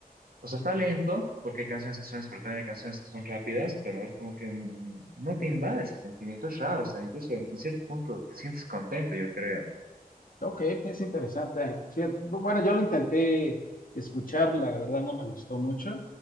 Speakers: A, on the right (about 70°); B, on the left (about 60°).
A: O sea, está lento, porque hay canciones que son lentas, pero también hay canciones que son rápidas, pero es como que mm, no te invade ese sentimiento, es raro, o sea, incluso en cierto punto te sientes contento, yo creo.
B: Ok, es interesante. Fíjate, bueno, yo lo intenté escuchar, la verdad no me gustó mucho.